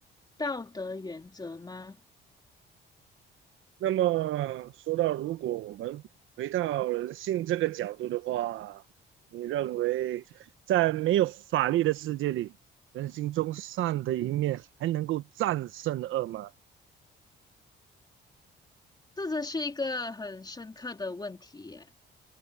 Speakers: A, on the left; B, on the right.
A: 道德原则吗？
B: 那么说到，如果我们回到人性这个角度的话，你认为在没有法律的世界里，人性中善的一面还能够战胜恶吗？
A: 这真是一个很深刻的问题耶。